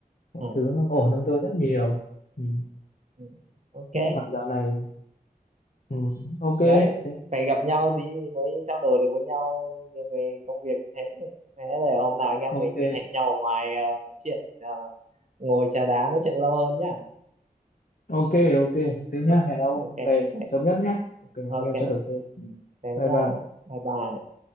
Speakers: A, on the left; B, on the right.
A: mọi
B: ừ.
A: thứ nó ổn hơn tôi rất nhiều ừ.
B: Ừ. ok
A: như còn dạo này ừ. ok
B: đấy
A: thế-
B: phải gặp nhau thì mới trao đổi được với nhau về công việc như thế chứ thế là hôm nào anh em
A: ok
B: mình hẹn nhau ở ngoài à, nói chuyện à, ngồi trà đá nói chuyện lâu hơn nhá
A: ok ok thế
B: Ừ,
A: nhá hẹn ông
B: ok
A: về
B: ok
A: sớm nhất nhá ok anh
B: ok
A: em trao đổi thêm Ừ.
B: thế
A: bye
B: nha
A: bye
B: bye bye